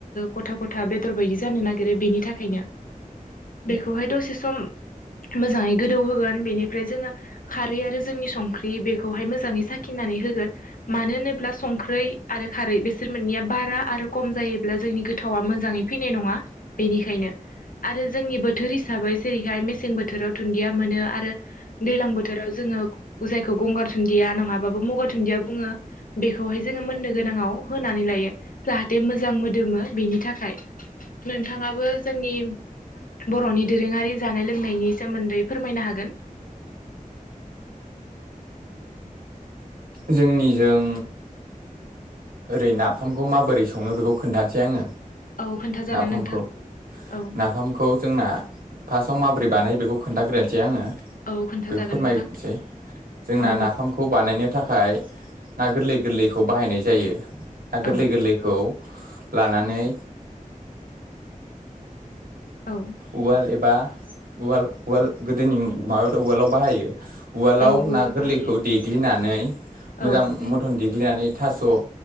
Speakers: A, on the left; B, on the right.
A: गथा -गथा बे बादि जानो नागिरो बेनि थाखायनो बेखौहाय दसे सम मोजांङै गोदौ होगोन बेनिफ्राय जोंङो खारै आरो जोंनि संख्रि बेखौहाय मोजांङै साखिनानै होगोन मानो होनोब्ला संख्रि यै आरो खारै बेसोर मोननैया बारा आरो खम जायोब्ला जोंनि गोथावा मोजांङै फैनाय नंङा बेनिखायनो आरो जोंनि बोथोर हिसाबै जेरैहाय मेसें बोथोराव दुन्दिया मोनो आरो दैलां बोथोराव जोंङो जायखौ गंगार सुदिया नंङाबा मरु धुनदिआ बुंङो बेखौ हायो जों‌ मोननो गोनां आव होना लायो जाहाथे मोजां मोजां मोदोमो बेनि थाखाय नोंथांङाबो जोंनि बर'नि दोरोंङारि जानाय लोंनायनि सोमोन्दै फोरमायनो हागोन
B: जोंनिजों ओरै नाफामखौ माबोरै संङो बेखौ खोन्थानोासै आंङो
A: औ खोन्थाजागोन
B: नाफामखौ
A: नोंथां औ
B: -नाफामखौ जोंना फार्टआव माबोर्रै बानाय बेखौ खोन्थाग्रोनोसै आंङो
A: औ खोन्थाजागोन
B: बेखौ फोरमायग्रोनोसै
A: नोंथां
B: जोंना
A: औ
B: नाफामखौ बानायनो थाखाय ना गोरलै गोरलैखौ बाहायनाय जायो ना गोरलै
A: औ
B: -गोरलैखौ लानानै
A: औ
B: उवाल एबा उवाल -उवाल गोदोनि माबायावाथ' उवालाव बाहायो उवालाव
A: औ उवाल
B: ना गोरलैखौ
A: बाहायो
B: देग्लिनानै मोजां
A: औ
B: मथन देग्लिनानै थास'